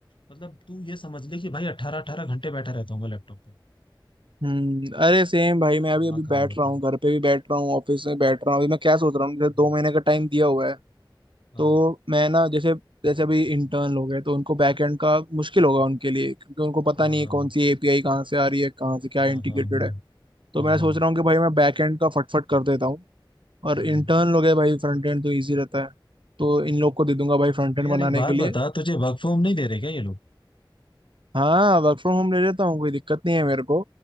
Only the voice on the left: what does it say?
मतलब तू ये समझ ले कि भाई अट्ठारह अट्ठारह घंटे बैठा रहता हूँ मैं लैपटॉप पे
मेरा
दिमाग
खराब
होता
है
हम्म,
हाँ
हाँ
हाँ
हाँ
हाँ हाँ
हाँ
हाँ,
हम्म
तो
यार
एक बात
बता तुझे वर्क फ्रॉम नहीं दे रहे क्या ये लोग